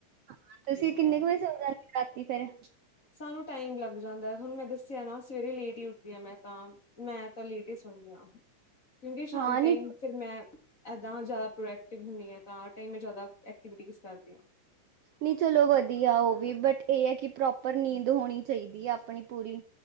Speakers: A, on the right (about 80°); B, on the left (about 25°).
A: ਹਾਂ
B: ਠੀਕ
A: ਤੁਸੀਂ ਕਿੰਨੇ
B: ਹੈ।
A: ਕੁ ਵਜੇ ਸੌ ਜਾਂਦੇ ਰਾਤੀ ਫੇਰ?
B: ਸਾਨੂੰ ਟਾਈਮ ਲੱਗ ਜਾਂਦਾ ਤੁਹਾਨੂੰ, ਮੈਂ ਦੱਸਿਆ ਨਾ ਸਵੇਰੇ ਲੇਟ ਹੀ ਉੱਠਦੀ ਹਾਂ ਮੈਂ ਤਾਂ। ਮੈਂ ਤਾਂ ਲੇਟ ਹੀ ਸੁੳਣੀ ਆ, ਕਿਉਂਕਿ ਸ਼ਾਮ
A: ਹਾਂ ਨੀ
B: ਟਾਈਮ ਫੇਰ ਮੈਂ ਏਦਾਂ ਨਾ ਜ਼ਿਆਦਾ ਪ੍ਰੋਡਕਟਿਵ ਹੁੰਦੀ ਆ ਤਾਂ, ਆਰ ਟਮ ਮੈਂ ਜਿਆਦਾ ਐਕਟੀਵਿਟੀ ਯੂਜ਼ਰ ਕਰਦੀ ਹਾਂ।
A: ਨਹੀਂ ਚਲੋ ਵਧੀਆ ਉਹ ਵੀ ਬਟ ਇਹ ਹੈ, ਕਿ ਪ੍ਰੋਪਰ ਨੀਂਦ ਹੋਣੀ ਚਾਹੀਦੀ ਹੈ ਆਪਣੀ ਪੂਰੀ।